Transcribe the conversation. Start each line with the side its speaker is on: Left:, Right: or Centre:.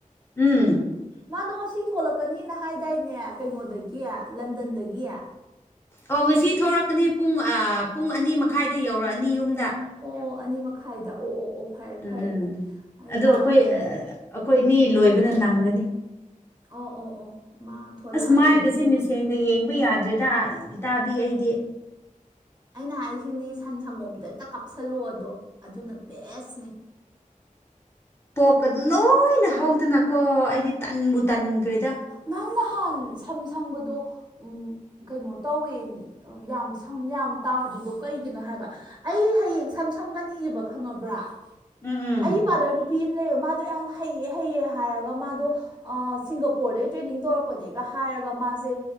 Left: ꯎꯝ
Right: ꯃꯥꯗꯣ ꯉꯁꯤ ꯊꯣꯛꯣꯂꯛꯀꯅꯤꯅ ꯍꯥꯏꯗꯥꯏꯅꯦ ꯀꯩꯅꯣꯗꯒꯤ ꯂꯟꯗꯟꯗꯒꯤ
Left: ꯑꯣ ꯉꯁꯤ ꯊꯣꯛꯂꯛꯀꯅꯤ ꯄꯨꯡ ꯄꯨꯡ ꯑꯅꯤ ꯃꯈꯥꯏꯗ ꯌꯧꯔꯛꯑꯅꯤ ꯌꯨꯝꯗ
Right: ꯑꯣ ꯑꯅꯤ ꯃꯈꯥꯏꯗ ꯑꯣ ꯑꯣ ꯑꯣ ꯐꯔꯦ
Left: ꯎꯝ
Right: ꯐꯔꯦ
Left: ꯎꯝ
Right: ꯐꯔꯦ ꯑꯩ
Left: ꯑꯗꯣ
Right: ꯃꯥꯡ
Left: ꯑꯩꯈꯣꯏ
Right: ꯎꯝ
Left: ꯑꯩꯈꯣꯏꯅꯤ ꯂꯣꯏꯕꯅ ꯅꯪꯒꯅꯤ
Right: ꯑꯣ ꯑꯣ ꯑꯣ ꯃꯥ ꯊꯣꯛꯂꯛꯑꯒꯗꯤ
Left: ꯑꯁ ꯃꯥꯏꯒꯁꯦ ꯃꯤꯡꯁꯦꯟꯒ ꯌꯦꯡꯕ ꯌꯥꯗ꯭ꯔꯦꯗ ꯏꯇꯥꯕꯤ ꯑꯩꯗꯤ
Right: ꯑꯩꯅ ꯍꯥꯏꯁꯤꯅꯤ ꯁꯟ ꯁꯪꯒꯣꯝꯗꯣ ꯍꯦꯛꯇ ꯀꯥꯞꯁꯜꯂꯣ ꯑꯗꯣ ꯑꯗꯨꯅ ꯕꯦꯁꯅꯦ
Left: ꯄꯣꯛꯀꯗ ꯂꯣꯏꯅ ꯍꯧꯗꯅꯀꯣ ꯑꯩꯗꯤ ꯇꯟꯕꯨ ꯇꯟꯈ꯭ꯔꯦꯗ
Right: ꯅꯪ ꯅꯍꯥꯟ ꯁꯝ ꯁꯪꯕꯗꯣ ꯎ ꯀꯩꯅꯣ ꯇꯧꯋꯦ ꯃꯤ ꯌꯥꯝ ꯁꯪ ꯌꯥꯝ ꯇꯥꯗ꯭ꯔꯤꯗꯣ ꯀꯩꯒꯤꯅꯣ ꯍꯥꯏꯕ ꯑꯩ ꯍꯌꯦꯡ ꯁꯝ ꯁꯝꯒꯅꯤꯕ ꯈꯪꯉꯕ꯭ꯔꯥ
Left: ꯎꯝ ꯎꯝ
Right: ꯑꯩ ꯏꯄꯥꯗ ꯅꯨꯄꯤ ꯑꯃ ꯂꯩꯕ ꯃꯥꯗꯣ ꯌꯥꯝ ꯍꯩꯌꯦꯦ ꯍꯩꯌꯦ ꯍꯥꯏꯔꯒ ꯃꯥꯗꯣ ꯁꯤꯡꯒ ꯄꯣꯔꯗꯩ ꯇ꯭ꯔꯦꯅꯤꯡ ꯇꯧꯔꯛꯄꯗꯒꯤꯩꯒ ꯍꯥꯏꯔꯒ ꯃꯥꯁꯦ